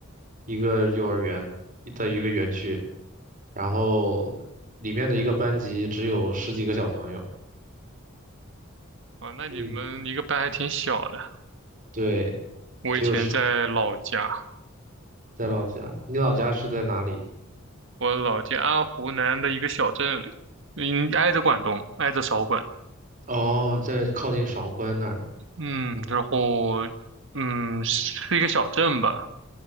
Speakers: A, on the right (about 40°); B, on the right (about 65°).
A: 一个幼儿园的一个园区，然后里面的一个班级只有十几个小朋友。
B: 啊，那你们一个班还挺小的。
A: 你对，
B: 我以前在老家，
A: 只有十，在老家。你老家是在哪里？
B: 我老家湖南的一个小镇里，嗯，挨着广东，挨着韶关，
A: 哦，在靠近韶关那儿，
B: 嗯，然后，嗯，是一个小镇吧。